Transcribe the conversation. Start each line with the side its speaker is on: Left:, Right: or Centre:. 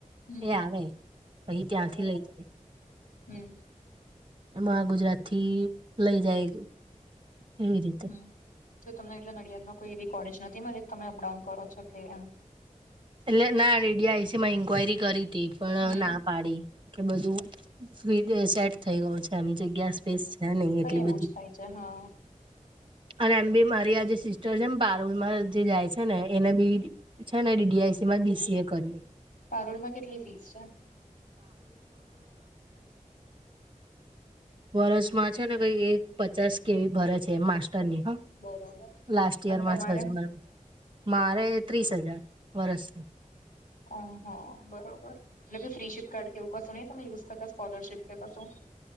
Left: હમ
Right: એ આવે પછ ત્યાંથી
Left: એ બાપા
Right: લઈ જાય.
Left: હમ.
Right: મહાગુજરાત થી લઈ જાય એવી રીતે.
Left: હમ તો તમને એટલે નડિયાદમાં કોઈ એવી કોલેજ નથી મળી તમે અપડાઉન કરો છ કે એમ.
Right: એટલે ના ડીડીઆઈસી માં ઇન્કવાયરી કરી હતી પણ
Left: હમ
Right: ના. પાડી કે બધું સેટ. થઈ ગયું છે એમ જગ્યા સ્પેસ
Left: હમ
Right: છે નહ એટલી
Left: કઈ
Right: બધી.
Left: એવું જ થાય છે હા
Right: અને એમ બી મારી આજે સિસ્ટર છે એમ બારૂલમાં જે જાય છે ને એને બી. છે ને એ ડીઆઈસીમાં ડીસીએ કર્યું.
Left: પારોલમાં કેટલી ફીસ છેપન્સ.
Right: વર્ષમાં છે ને કઈ એક પચાસ કેવી ભરે છે માસ્ટરની હા.
Left: બરોબર
Right: લાસ્ટ યયરમાં
Left: અને તમારે
Right: છ હજુ મારે ત્રીસ હજાર વર્ષ.
Left: ઓહ બરોબર એટલે કે ફ્રી શિપ કાર્ડ કેવું કશું નહી તમે ુઝ કરતા સ્કોલરશીપ કે કશો.